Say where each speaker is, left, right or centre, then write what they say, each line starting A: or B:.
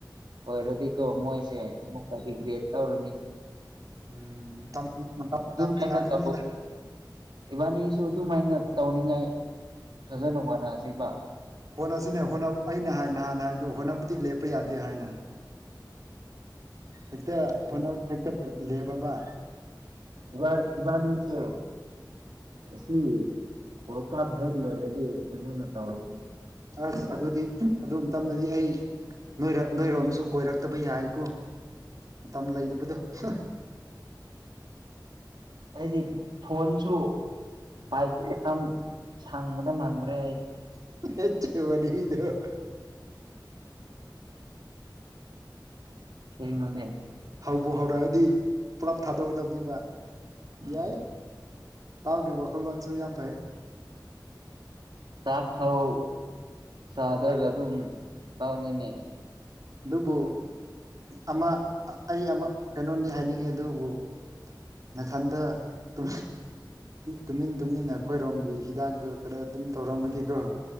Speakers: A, on the right (about 85°); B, on the right (about 50°).
A: ꯑꯣꯏꯔꯗꯤꯀꯣ ꯃꯣꯏꯁꯦ ꯑꯃꯨꯛꯀ ꯔꯤꯒ꯭ꯔꯦꯠ ꯇꯧꯔꯅꯤ
B: ꯎꯝ
A: ꯑꯗꯨꯃꯥꯏꯅ
B: ꯂꯥꯛꯇꯤ ꯂꯥꯛꯀꯅꯤꯗ
A: ꯇꯧ ꯏꯕꯅꯤꯁꯨ ꯑꯗꯨꯃꯥꯏꯅ ꯇꯧꯅꯤꯡꯉꯥꯏ ꯐꯖꯅ ꯍꯣꯠꯅꯁꯤꯕ
B: ꯍꯣꯠꯅꯁꯤꯅꯦ ꯍꯣꯠ ꯑꯩꯅ ꯍꯥꯏ ꯅꯍꯥꯟ ꯍꯥꯏꯕꯗꯨ ꯍꯣꯠꯅꯕꯗꯤ ꯂꯦꯞꯄ ꯌꯥꯗꯦ ꯍꯥꯏꯅ ꯍꯦꯛꯇ ꯍꯣꯠꯅꯕ ꯍꯦꯛꯇ ꯂꯦꯞꯕꯕ
A: ꯏꯕ ꯏꯕꯅꯤꯁꯦ ꯑꯁꯤ ꯋꯥꯔꯜ ꯀꯞ ꯍꯦꯛ ꯂꯣꯏꯔꯗꯤ ꯐꯖꯅ ꯇꯧꯔꯖꯤ
B: ꯑꯁ ꯑꯗꯨꯗꯤ ꯑꯗꯨ ꯃꯇꯝꯗꯗꯤ ꯑꯩ ꯅꯣꯏꯔ ꯅꯣꯏꯔꯣꯝꯁꯨ ꯀꯣꯏꯔꯛꯇꯕ ꯌꯥꯏꯀꯣ ꯃꯇꯝ ꯂꯩꯇꯕꯗꯣ ꯍꯥ
A: ꯍꯥꯏꯗꯤ ꯐꯣꯟꯁꯨꯝ ꯄꯥꯏꯗꯦ ꯊꯝ ꯁꯪꯕꯗ ꯃꯥꯟꯗ꯭ꯔꯦ ꯑꯩ
B: <unintelligible> ꯋꯥꯔꯤꯗꯣ
A: ꯀꯩꯅꯣꯅꯦ
B: ꯍꯧꯕꯨ ꯍꯧꯔꯛꯑꯗꯤ ꯄꯨꯂꯞ ꯊꯗꯣꯛꯀꯗꯕꯅꯦꯕ
A: ꯎꯝ
B: ꯌꯥꯏ ꯇꯥꯎꯒꯤ ꯋꯥꯈꯜꯂꯣꯟꯁꯨ ꯌꯥꯝ ꯐꯩ
A: ꯆꯥꯛ ꯐꯧ ꯁꯥꯗ꯭ꯔꯒ ꯑꯗꯨꯝ ꯇꯧꯅꯤꯅꯦ
B: ꯑꯗꯨꯕꯨ ꯑꯃ ꯑꯩ ꯑꯃ ꯀꯩꯅꯣꯝꯗꯤ ꯍꯥꯏꯅꯤꯡꯉꯤ ꯑꯗꯨꯕꯨ ꯅꯊꯟꯗ ꯇꯨꯝ ꯇꯨꯃꯤꯟ ꯇꯨꯃꯤꯟꯅ ꯑꯈꯣꯏꯔꯣꯝꯒꯤ ꯍꯤꯗꯥꯛꯗꯣ ꯈꯔ ꯑꯗꯨꯝ ꯇꯧꯔꯝꯃꯗꯤ ꯀꯣ